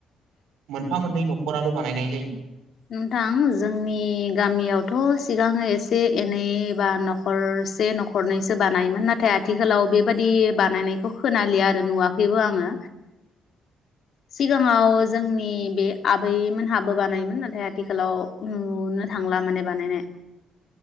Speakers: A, on the right; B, on the left.
A: मोनफा मोननै न नखराल' बानायनाय जायो
B: नोंथां जोंनि गामियावथ' सिगाङो एसे एनै बा नखरसे नखरनैसो बानायोमोन नाथाय आथिखालाव बेबादि बानायनायखौ खोनालिया आरो नुवाखैबो आङो सिगाङाव जोंनि बे आबैमोनहाबो बानायोमोन नाथ आथिखालाव नुनो थांला माने बानायनाय।